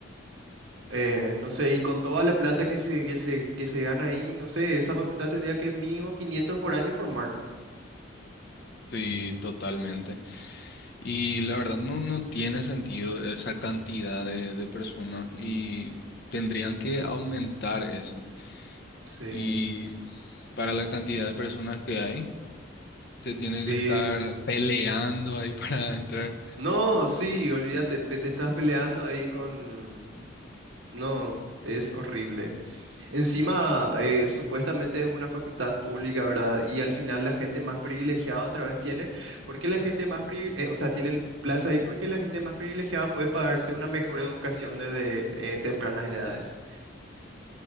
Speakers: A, on the right; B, on the left.
A: eh, no sé, y con toda la plata que se, que se, que se gana ahí, no sé, esa facultad tendría que mínimo quinientos por año formar.
B: Sí, totalmente. Y la verdad no, no tiene sentido esa cantidad de, de personas y tendrían que aumentar eso.
A: Sí,
B: Y para la cantidad de personas que hay, se tiene
A: sí.
B: que estar peleando ahí <laughs> para entrar.
A: No, sí, olvídate, pe- te estás peleando ahí con... No, es horrible. Encima, eh, supuestamente es una facultad pública, ¿verdad? Y al final la gente más privilegiada otra vez tiene, porque la gente más privi- eh, o sea, tiene el plaza ahí porque la gente más privilegiada puede pagarse una mejor educación desde eh, tempranas edades.